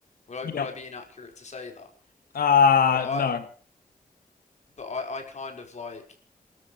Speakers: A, on the left (about 50°); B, on the left (about 85°).
A: Would I
B: Yep.
A: would I be inaccurate to say that?
B: Uh
A: But I
B: no.
A: but I, I kind of like